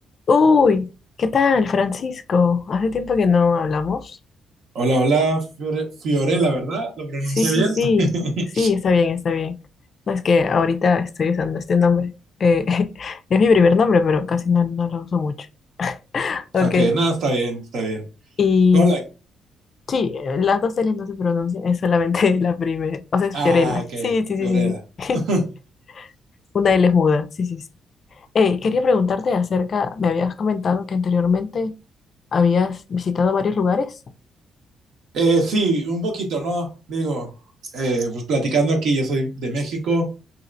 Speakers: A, on the left (about 50°); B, on the right (about 75°).
A: Uy, ¿qué tal, Francisco? Hace tiempo que no hablamos.
B: Hola, hola, Fiore- Fiorella, ¿verdad? ¿Lo pronuncié
A: Sí, sí,
B: bien?
A: sí,
B: <laughs>
A: sí, está bien, está bien. No es que ahorita estoy usando este nombre. Eh, <laughs> es mi primer nombre, pero casi no, no lo uso mucho. Ok,
B: Ok, no, está bien, está bien.
A: y
B: Hola,
A: sí, eh, las dos L's no se pronuncian, es solamente <laughs> la primera. O sea, es
B: ah,
A: Fiorella.
B: ok,
A: Sí, sí, sí,
B: Fiorella.
A: sí, sí.
B: <laughs>
A: <laughs> Una L es muda, sí, sí, sí. Hey, quería preguntarte acerca, me habías comentado que anteriormente habías visitado varios lugares.
B: Eh, sí, un poquito, ¿no? Digo, eh, pues platicando aquí, yo soy de México,